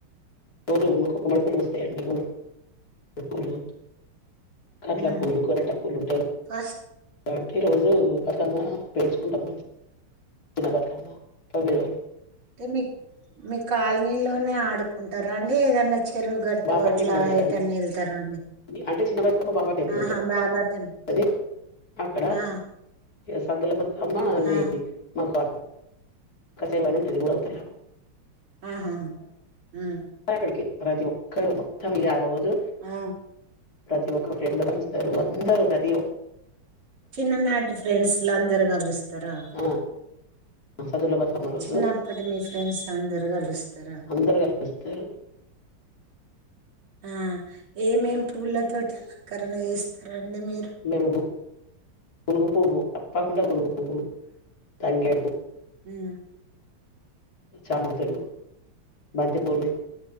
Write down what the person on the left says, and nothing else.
రోజు మాకు గుమ్మడిపూలు పుస్తయండి గుమ్మడిపూలు కాట్లా
పూలు గోరింట పూలుంటాయిగ
<inaudible> ప్రతిరోజు బతుకమ్మ పేర్చుకుంటాం చిన్న బతుకమ్మ తొమ్మిది రోజులు
బాబా
టెంపుల్ ఉంటుందండి
అంటే చిన్న బతుకమ్మ బాబా టెంపుల్
ఉంటుంది అక్కడ
సద్దుల బతుకమ్మ అది
మకు అక్కచెరువు అని ఉంటది ఊరు అవుతాల
అక్కడికి ప్రతి ఒక్కరు మొత్తం ఇగ రోజు
ప్రతి ఒక్క ఫ్రెండ్ కలుస్తారు అందరూ ప్రతి ఒక
ఆ, సద్దుల బతుకమ్మ రోజు
అందరూ కలుస్తారు
మేము గు- గునుగు పువ్వు తప్పాకుండా గునుగు పువ్వు తంగేడు పువ్వు
చామంతులు, బంతి పూలు